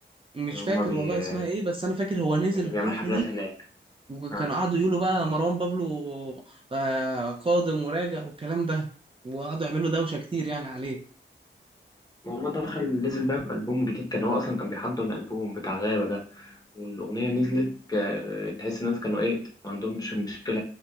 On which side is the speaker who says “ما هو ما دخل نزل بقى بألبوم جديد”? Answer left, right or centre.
Left